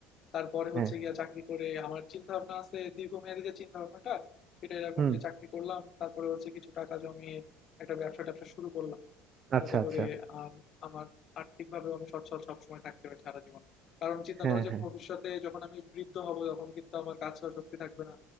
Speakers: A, on the left; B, on the right.
A: তারপরে
B: হ্যাঁ
A: হচ্ছে গিয়া চাকরি করে আমার চিন্তা ভাবনা আছে দীর্ঘমেয়াদী যে চিন্তা ভাবনাটা সেটা এরকম
B: হুম
A: যে চাকরি করলাম তারপরে হচ্ছে কিছু টাকা জমিয়ে একটা ব্যবসা ট্যাবসা শুরু করলাম
B: আচ্ছা
A: যাতে
B: আচ্ছা
A: করে আম, আমার আর্থিকভাবে আমি সচ্ছল সবসময় থাকতে পারি সারা জীবন কারণ চিন্তা
B: হ্যাঁ
A: করো যে
B: হ্যাঁ
A: ভবিষ্যতে যখন আমি বৃদ্ধ হব তখন কিন্তু আমার কাজ করার শক্তি থাকবে না